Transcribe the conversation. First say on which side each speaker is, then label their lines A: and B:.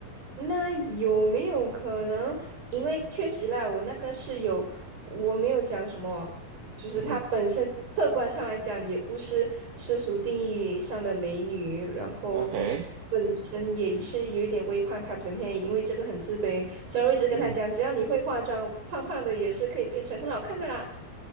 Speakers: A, on the right; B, on the right.
A: 那有没有可能？因为确实啦，我那个室友，我没有讲什么，就是她本身客观上来讲，
B: 嗯
A: 也不是世俗定义上的美女，然后
B: ，OK，
A: 本身也是有一点微胖，她整天也因为这个很自卑，所以我一直跟她讲，
B: 嗯
A: 只要你会化妆，胖胖的也是可以变成很好看的啦。